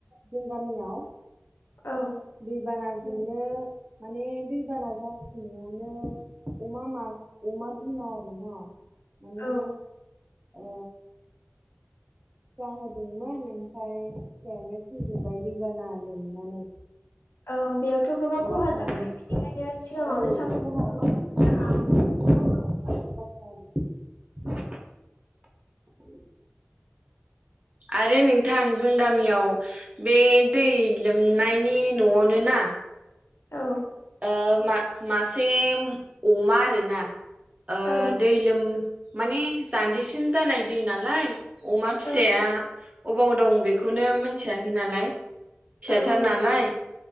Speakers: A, on the right; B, on the left.
A: जों गामियाव
B: औ
A: दै बानाजोंनो माने दैबाना जाफिन्नो अमा मा अमा बिमा दंङ माने
B: औ
A: ओ जाहोदोंमोन ओमफ्राय फिसायानो थैजोब्बाय दै बाना लोमनानै ।
B: औ बेयावथ'
A: अमा
B: गोबां खहा जाखायनो
A: होन
B: सिगाङावनो
A: औ
B: सांग्रां
A: <unintelligible> <unintelligible> आरो नोंथां जों गामियाव बे दै लोमनायनि न'आवनो ना आ
B: औ
A: ओ मा मासे ओम अमा आरोना ओ
B: औ
A: दै लोम माने जान्जिसिम जानाय दै नालाय अमा फिसाया
B: औ
A: अ'बाव दं बेखौनो मोन्थियाखै नालाय फिसाथार
B: औ
A: नालाय